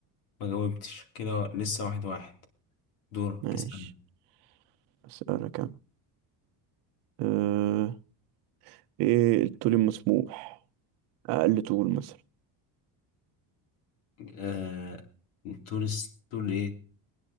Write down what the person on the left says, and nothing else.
ما جاوبتش كده لسه واحد واحد دورك
اسألني
آه طول الس- طول ايه